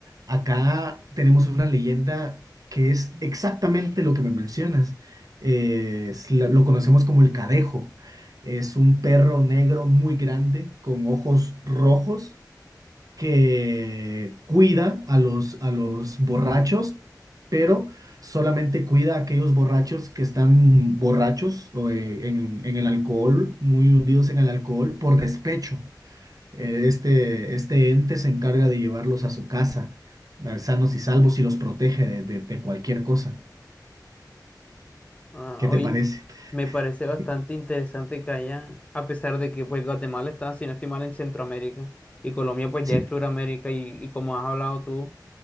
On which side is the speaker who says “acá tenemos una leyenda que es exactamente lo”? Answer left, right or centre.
Right